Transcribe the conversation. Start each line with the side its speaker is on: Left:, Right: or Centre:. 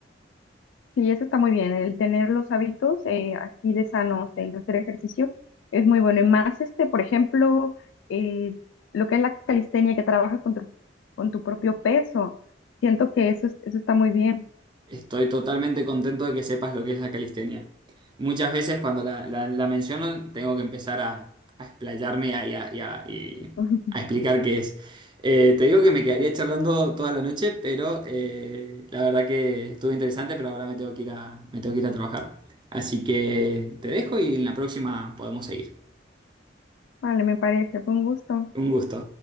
Left: Sí, eso está muy bien. El tener los hábitos eh, así de sanos, el hacer ejercicio, es muy bueno. Y más, este, por ejemplo, eh, lo que es la calistenia, que trabajas con tu, con tu propio peso. Siento que eso, es- eso está muy bien.
Right: Estoy totalmente contento de que sepas lo que es la calistenia. Muchas veces cuando la, la- la menciono tengo que empezar a, a explayarme y a, y a- y a- y
Left: <laughs>
Right: a explicar qué es. Eh, te digo que me quedaría charlando toda la noche, pero eh, la verdad que estuvo interesante, pero ahora me tengo que ir a, me tengo que ir a trabajar. Así que te dejo y en la próxima podemos seguir.
Left: Vale, me parece. Fue un gusto.
Right: Un gusto.